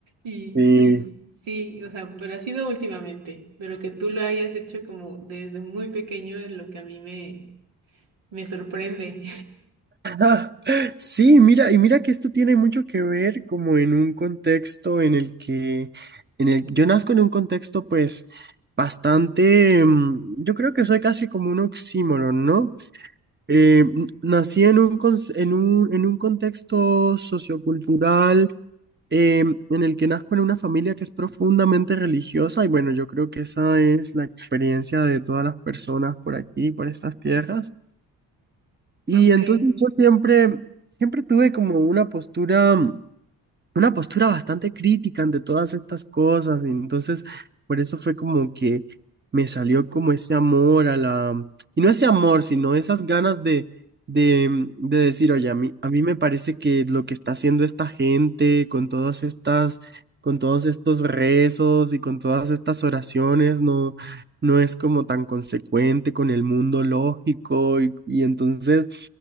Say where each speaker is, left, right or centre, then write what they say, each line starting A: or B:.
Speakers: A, on the right; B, on the right.
A: Y,
B: <laughs> Sí,
A: y sí, o sea, pero ha sido últimamente, pero que tú lo hayas hecho como desde muy pequeño es lo que a mí me, me sorprende.
B: Ah, sí, mira, y mira que esto tiene mucho que ver como en un contexto en el que, en el, yo nazco en un contexto pues bastante, mm, yo creo que soy casi como un oxímoron, ¿no? Eh, n- nací en un, cons- en un, en un contexto sociocultural eh, en el que nazco en una familia que es profundamente religiosa y bueno, yo creo que esa es la experiencia de todas las personas por aquí, por estas tierras. Y
A: <laughs> Ok.
B: entonces yo siempre, siempre tuve como una postura, una postura bastante crítica ante todas estas cosas. Y entonces, por eso fue como que me salió como ese amor a la, y no ese amor, sino esas ganas de, de, mm, de decir, oye, a mí, a mí me parece que lo que está haciendo esta gente con todas estas, con todos estos rezos y con todas estas oraciones, no, no es como tan consecuente con el mundo lógico. Y, y entonces...